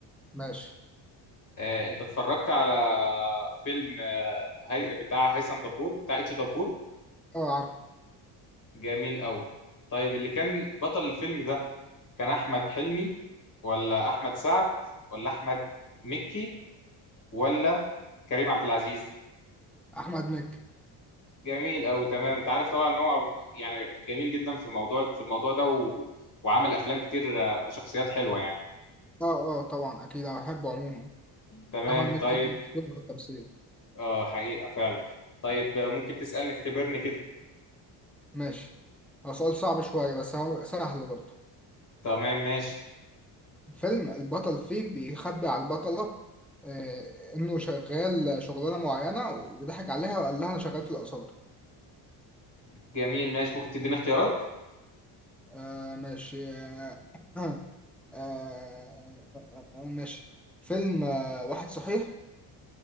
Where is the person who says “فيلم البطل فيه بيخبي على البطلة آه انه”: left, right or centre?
Centre